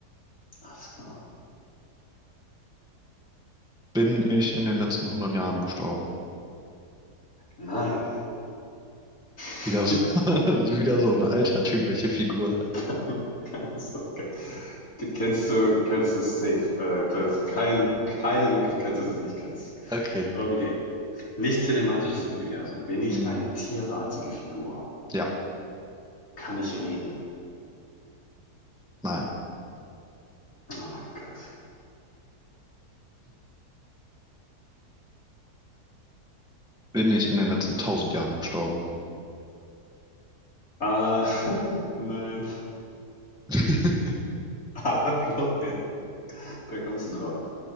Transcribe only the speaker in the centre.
Bin ich in den letzten 100 Jahren gestorben?
Wieder, so- <laughs> wieder so eine altertümliche Figur.
Okay.
Hm,
Ja,
nein.
Bin ich in den letzten 1000 Jahren gestorben?
<laughs>